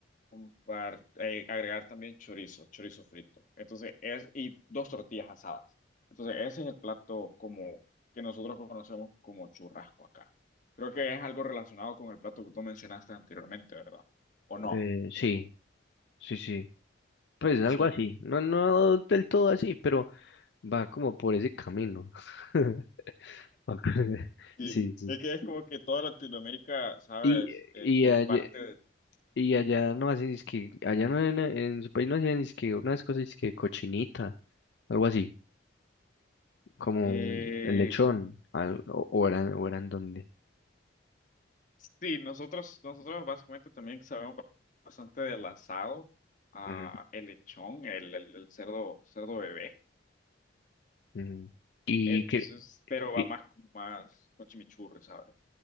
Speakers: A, on the left; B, on the left.
A: ocupar, eh, agregar también chorizo, chorizo frito. Entonces, es, y dos tortillas asadas. Entonces, ese es el plato como que nosotros conocemos como churrasco acá. Creo que es algo relacionado con el plato que tú mencionaste anteriormente, ¿verdad? ¿O no?
B: eh, sí, sí, sí. Pues algo
A: Sí.
B: así. No, no del todo así, pero va como por ese camino. <laughs> <laughs>
A: Sí.
B: Sí, sí.
A: Es que es como que toda Latinoamérica, ¿sabes?
B: Y,
A: Eh,
B: y,
A: comparte
B: allá, y allá no hacen, es que, allá no en, en su país no hacían, es que unas cosas, es que cochinita, algo así, como
A: eh,
B: un- el lechón, al- o, o eran, o eran donde.
A: Sí, nosotros, nosotros básicamente también sabemos bastante del asado, ah,
B: Ujú,
A: el lechón, el, el, el cerdo, cerdo bebé.
B: ujú. Y
A: Entonces,
B: que,
A: pero va
B: y,
A: más como más con chimichurri, ¿sabes?